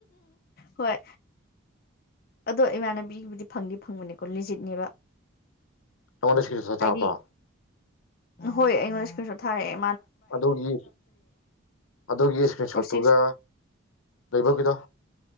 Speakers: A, on the left (about 45°); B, on the left (about 80°).
A: ꯍꯣꯏ ꯑꯗꯣ ꯏꯃꯥꯟꯅꯕꯤꯒꯤꯕꯨꯗꯤ ꯐꯪꯗꯤ ꯐꯪꯕꯅꯦꯀꯣ ꯂꯤꯖꯤꯠꯅꯦꯕ
B: ꯅꯪꯉꫭꯟꯗ ꯁꯀꯔꯤꯟꯁꫭꯠ ꯊꯥꯔꯛꯄꯔꫭ
A: ꯍꯥꯏꯗꯤ ꯍꯣꯏ ꯑꯩꯉꯣꯟ ꯏꯁ꯭ꯀꯜꯁꯨ ꯊꯥꯔꯑꯦ
B: ꯑꯗꯨꯒꯤ ꯑꯗꯨꯒꯤ ꯏꯁꯀ꯭ꯔꯤꯟ
A: ꯄ꯭ꯔꯣꯁꯦꯁ
B: ꯁꯣꯠꯇꯨꯒ ꯂꯩꯕꯧꯒꯤꯗꯣ